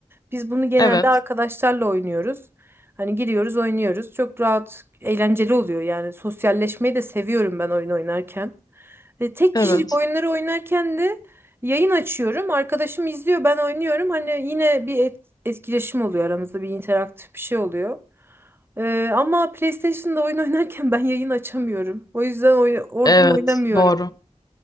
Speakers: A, on the right; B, on the left.
A: Biz bunu genelde
B: evet.
A: arkadaşlarla oynuyoruz. Hani giriyoruz, oynuyoruz. Çok rahat, eğlenceli oluyor yani. Sosyalleşmeyi de seviyorum ben oyun oynarken. E, tek
B: Evet.
A: kişilik oyunları oynarken de yayın açıyorum. Arkadaşım izliyor, ben oynuyorum. Hani yine bir et- etkileşim oluyor aramızda, bir interaktif bir şey oluyor. E, ama PlayStation'da oyun <laughs> oynarken ben yayın açamıyorum. O yüzden oy- oradan
B: Evet,
A: oynamıyorum.
B: doğru.